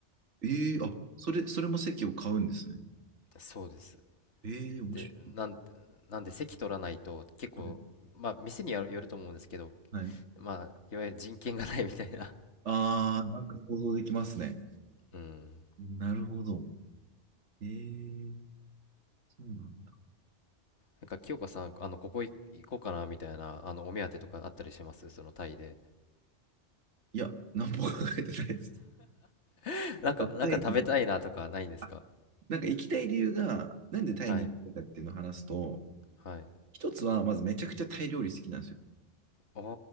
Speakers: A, on the right (about 85°); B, on the left (about 75°).
A: ええあ、それ、それも席を買うんですね。
B: そうです
A: ええ面白
B: でなんなんで席取らないと結構まあ店によるよると思うんですけど
A: い。はい。はい、
B: まあ、いわゆる人権がないみたいな。
A: ああ、なんか想像できますね。
B: うん。
A: なるほど。ええそうなんだ。
B: なんか、清香さん、あの、ここい行こうかなみたいな、あの、お目当てとかあったりしますそのタイで。
A: いや、何も考えてないです。
B: <laughs> なんか、
A: なんかタイに、
B: なんか食べたいなとかないんですか
A: あ、なんか行きたい理由が、なんでタイに行きたいかっていうのを話すと、
B: はい。はい。
A: 一つは、まずめちゃくちゃタイ料理好きなんですよ。
B: あ